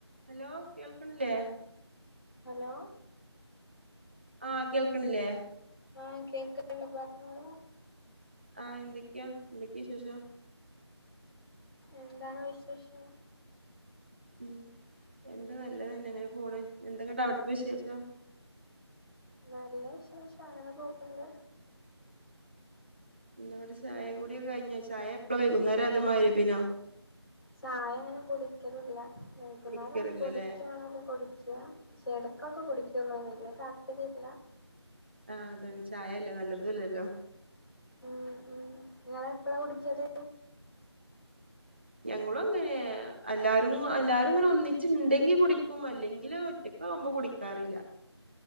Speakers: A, on the right (about 25°); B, on the left (about 50°).
A: Hello കേൾക്ക്ണില്ലേ
B: hello
A: ആഹ് കേൾക്കണില്ലേ
B: ആഹ് കേക്ക്ണ്ട് പറഞ്ഞോളൂ
A: ആ എന്തൊക്കെയാ എന്തൊക്കെയാ വിശേഷം
B: എന്താണോ വിശേഷം
A: ഉം എന്ത നല്ലതന്നെ എങ്ങനെ പോണ് എന്തക്കണ്ടാ അവിടുത്തെ വിശേഷം
B: നല്ല വിശേഷം അങ്ങനെ പോക്ണ്ട്
A: ങ്ങടെ ചായ കൂടി ഒക്കെ കഴിഞ്ഞ ചായ എപ്പള വൈകുന്നേരം അതോ മഗ്രിബിനോ
B: ചായ അങ്ങനെ കുടിക്കലില്ല വൈകുന്നര
A: കുടിക്കാറില്ലല്ലേ
B: കുടിക്കണേല് കുടിക്ക പക്ഷെ ഇടക്കൊക്കെ കുടിക്കുള്ളൂ വല്യതാല്പര്യല്ല
A: ആ അതാണ് ചായയല്ലേ നല്ലതല്ലല്ലോ
B: ഉം ഉം നിങ്ങള എപ്പഴാ കുടിക്കല്
A: ഞങ്ങളും അങ്ങനെ എല്ലാരും എല്ലാരും അങ്ങനെ ഒന്നിച്ചിണ്ടെങ്കി കുടിക്കും അല്ലെങ്കില് ഒറ്റക്ക ആവുമ്പോ കുടിക്കാറില്ല